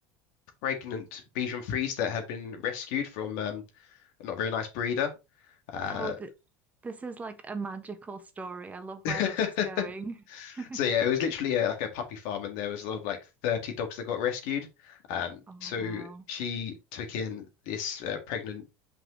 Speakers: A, on the left; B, on the right.
A: pregnant Bichon Frise that had been rescued from um, a not very nice breeder. Uh,
B: Oh, th this is like a magical story. I love
A: <laughs>
B: where this is going. <laughs>
A: So yeah, it was literally a, like a puppy farm, and there was a lot of like 30 dogs that got rescued. Um,
B: Oh,
A: so
B: wow.
A: she took in this uh, pregnant